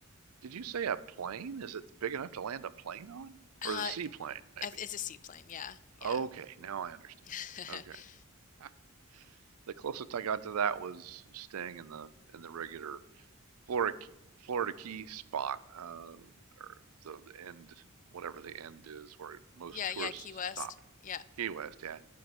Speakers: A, on the right; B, on the left.
A: did you say a plane? Is it big enough to land a plane on?
B: Uh,
A: Or is it a seaplane, maybe?
B: it's a seaplane. Yeah, yeah,
A: Okay, now I understand.
B: <laughs>
A: Okay. <laughs> The closest I got to that was staying in the in the regular Florida Florida Key spot, uh, or the end, whatever the end is, where most
B: yeah,
A: tourists
B: yeah. Key West.
A: stop.
B: Yeah.
A: Key West, yeah.